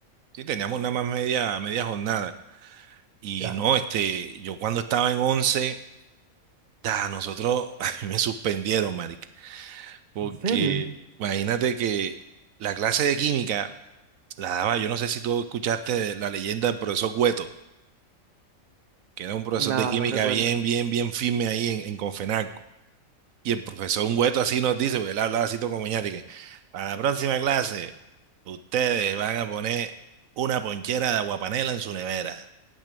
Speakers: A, on the right (about 75°); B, on the right (about 35°).
A: Sí, teníamos nada más media, media jornada. Y
B: Ya.
A: no, este, yo cuando estaba en 11 da, nosotros, <laughs> a mí me suspendieron, marica. Porque
B: ¿En serio?
A: imagínate que la clase de química la daba, yo no sé si tú escuchaste la leyenda del profesor Güeto, que era un profesor
B: No,
A: de química
B: no recuerdo.
A: bien, bien, bien firme ahí en, en Confenalco. Y el profesor Güeto así nos dice, porque él hablaba así todo como ñate, que para la próxima clase, ustedes van a poner una ponchera de aguapanela en su nevera.